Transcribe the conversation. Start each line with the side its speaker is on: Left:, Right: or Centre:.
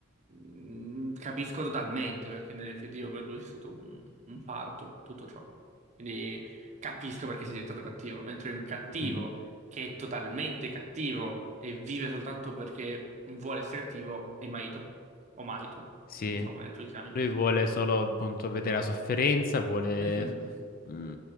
Right: mm, capisco totalmente perché nell'effettivo per lui è stato un, un parto, tutto ciò. Quindi capisco perché sei diventato cattivo, mentre un cattivo
Left: mhm.
Right: che è totalmente cattivo e vive soltanto perché vuole essere cattivo è Maito, o Maito
Left: Sì.
Right: non so come tu li chiami.
Left: Lui vuole solo appunto vedere la sofferenza, vuole
Right: Mhm.
Left: mh,